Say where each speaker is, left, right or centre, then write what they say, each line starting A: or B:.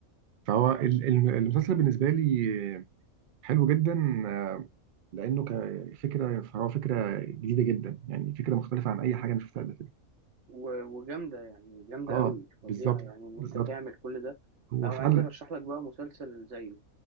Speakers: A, on the right; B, on the right.
A: فهو ال- ال- المسلسل بالنسبة لي حلو جدا آه، لانه كفكره فهو فكره جديده جدا يعني فكره مختلفه عن اي حاجه انا شفتها قبل كده
B: وجامده يعني جامده
A: اه
B: قوي
A: بالظبط
B: فظيعه يعني ان
A: بالظبط
B: انت تعمل كل ده
A: هو
B: او
A: فعلا
B: عايز ارشح لك بقى مسلسل زيه